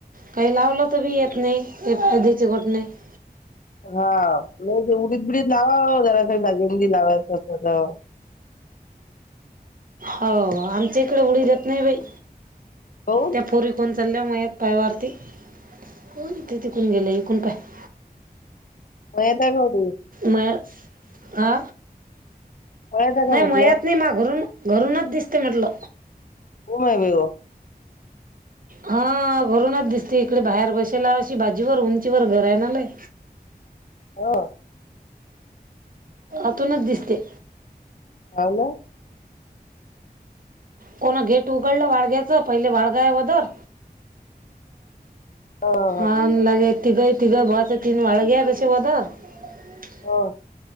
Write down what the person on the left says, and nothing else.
हा म्ह जे उडीत बिडीत लावा जरा दगेंदी लावायच असत <unintelligible>
काहून
मता कती <unintelligible>
मळ्यात आहे का
म्हटलं
ओ माय बाई व <unintelligible>
हो <unintelligible>
ह ना <unintelligible>
ह <unintelligible>
हो. <unintelligible>